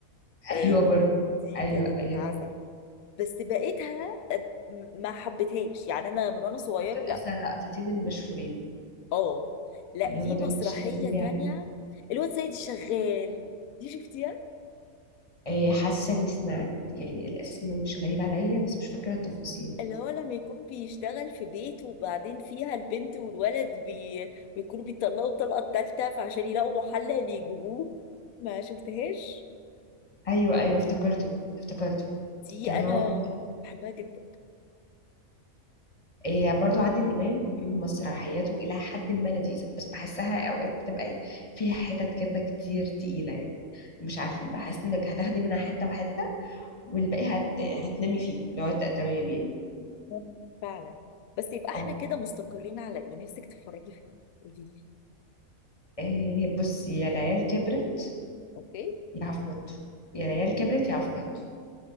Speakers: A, on the left; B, on the left.
A: آه،
B: أيوه برضه
A: دي
B: أيوه
A: كانت
B: أيوه
A: عسل بس بقيتها آه، م- ما حبيتهاش يعني انا من وانا صغيره
B: هما دول
A: لا
B: أصلا لقطتين المشهورين
A: اه لا
B: يعني
A: ليه
B: هما دول
A: مسرحيه
B: مشهدين لي
A: تانية
B: عليهم
A: الواد سيد الشغال دي شفتيها
B: إيه حاسة إني سمعت يعني الاسم مش غريب عليا بس مش فاكرة التفاصيل
A: اللي هو لما يكون بيشتغل في بيت وبعدين فيها البنت والولد بي... بيكونوا بيطلعوا الطلقه التالتة فعشان يلاقوا محل يجيبوه ما شفتهاش
B: أيوه أيوه افتكرته افتكرته
A: دي
B: كان
A: انا
B: هو
A: بحبها جدا
B: إيه برضو عادل إمام مسرحياته إلى حد ما لذيذة بس بحسها أوقات بتبقى إيه فيها حتت كده كتير تقيلة يعني مش عارفة بحس إنك هتاخدي منها حتة وحتة والباقي هت... هتنامي فيه اللي هو ت- تمام يعني
A: ممكن فعلا بس يبقى احنا
B: أه
A: كده مستقرين على ايه نفسك تتفرجي في ايه قوليلي
B: إيه بصي يا العيال كبرت
A: اوكي
B: يا عفروتو يا العيال كبرت يا عفروتو